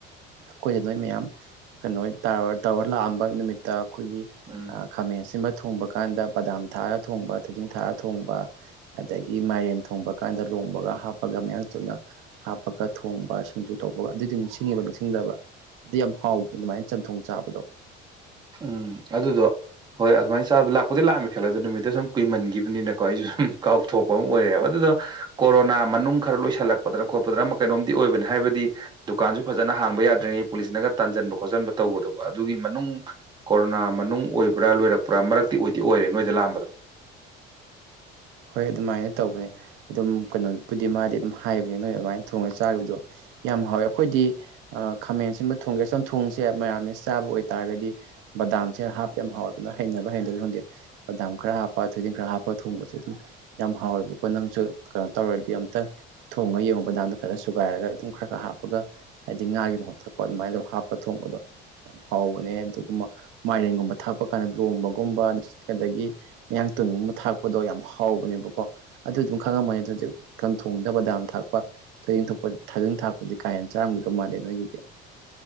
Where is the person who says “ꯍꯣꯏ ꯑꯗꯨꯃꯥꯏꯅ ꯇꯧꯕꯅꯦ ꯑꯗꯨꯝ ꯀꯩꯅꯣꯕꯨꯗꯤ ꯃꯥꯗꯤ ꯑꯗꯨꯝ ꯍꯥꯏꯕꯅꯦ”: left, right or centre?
Right